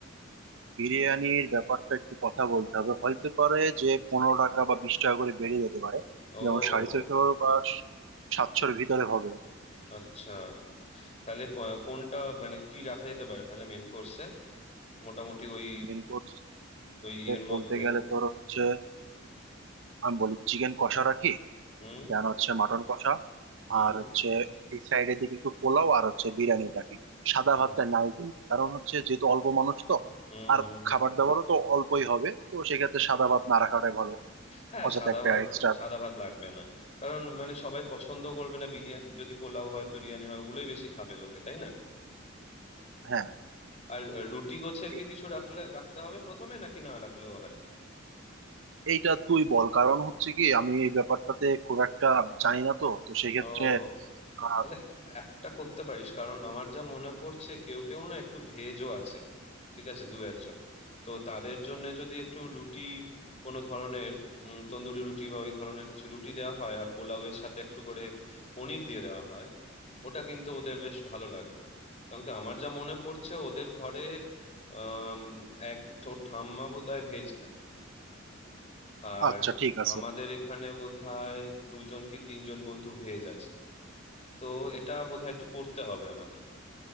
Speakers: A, on the right (about 65°); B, on the left (about 35°).
A: বিরিয়ানির ব্যাপারটা একটু কথা বলতে হবে হইতে পারে যে পনেরো টাকা বা বিশ টাকা করে বেড়ে যেতে পারে
B: ও
A: যেমন সাড়ে ছয়শো বা সাতশোর ভিতরে হবে
B: আচ্ছা তাহলে কো- কোনটা মানে কি রাখা যেতে পারে তাহলে মেন কোর্সে মোটামুটি ওই
A: মেন কোর্স
B: ওই ইয়ের
A: বলতে
B: মধ্যে
A: গেলে তোর হচ্ছে আমি বলি চিকেন কষা রাখি
B: হুম
A: দেন হচ্ছে মাটন কষা
B: হুম
A: আর হচ্ছে এই সাইডের দিকে একটু পোলাও আর হচ্ছে বিরিয়ানি রাখি সাদা ভাতটা
B: বি-
A: নাই কিন্তু কারণ হচ্ছে যেহেতু অল্প মানুষ তো
B: হুম
A: আর
B: হুম হুম
A: খাবার দাবারও তো অল্পই হবে তো সেক্ষেত্রে সাদা ভাত না রাখাটাই ভালো
B: হ্যাঁ
A: অযথা
B: সাদা
A: একটা
B: ভাত
A: এক্সট্রা
B: সাদা ভাত লাগবে না কারণ মানে সবাই পছন্দ করবে না বিরিয়ানি যদি পোলাও হয় বিরিয়ানি হয় ওগুলোই বেশি খাবে লোকে তাই না
A: হ্যাঁ
B: আর আহ, রুটি গোছের
A: এ-
B: কি কিছু রাখলে রাখতে হবে প্রথমে নাকি না রাখলেও হয়
A: এইটা তুই বল কারণ হচ্ছে কি আমি এই ব্যাপারটাতে খুব একটা জানি না তো তো সেক্ষেত্রে
B: ও
A: আহ,
B: তাহলে একটা করতে পারিস কারণ আমার যা মনে পড়ছে কেউ কেউ না একটু ভেজও আছে ঠিক আছে দু একজন তো তাদের জন্য যদি একটু রুটি কোনো ধরনের উম, তন্দুরি রুটি বা ওই ধরনের কিছু রুটি দেওয়া হয় আর পোলাওয়ের সাথে একটু করে পনির দিয়ে দেওয়া হয় ওটা কিন্তু ওদের বেশ ভালো লাগবে কারণ কি আমার যা মনে পড়ছে ওদের ঘরে আম, এক ঠো- ঠাম্মা বোধহয় ভেজ খায় আর
A: আচ্ছা ঠিক আছে
B: আমাদের এখানে বোধহয় দুজন কি তিনজন বন্ধু ভেজ আছে তো এটা বোধহয় একটু করতে হবে আমাদের